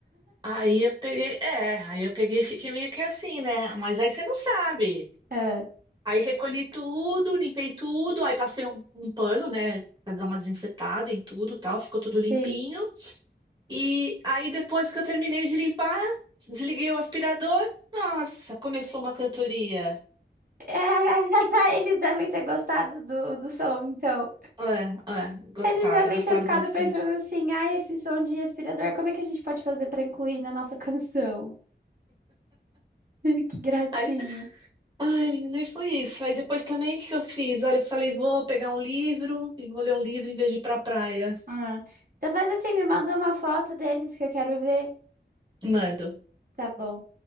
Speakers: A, on the right; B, on the right.
A: Aí eu peguei, é, aí eu peguei e fiquei meio que assim, né? Mas aí você não sabe.
B: É,
A: Aí recolhi tudo, limpei tudo, aí passei um, um pano, né? Pra dar uma desinfetada em tudo, e tal, ficou tudo limpinho.
B: sim.
A: E aí depois que eu terminei de limpar, desliguei o aspirador, nossa, começou uma cantoria.
B: É, <laughs> Eles devem ter gostado do, do som, então.
A: É, é, gostaram,
B: Eles devem
A: gostaram
B: ter ficado
A: bastante.
B: pensando assim: ai, esse som de aspirador, como é que a gente pode fazer pra incluir na nossa canção? <laughs> Que gracinha.
A: Aí, ai, menina, e foi isso. Aí depois também, o que que eu fiz? Olha, eu falei, vou pegar um livro e vou ler um livro em vez de ir pra praia.
B: Ah. Então faz assim, me manda uma foto deles que eu quero ver.
A: Mando.
B: Tá bom.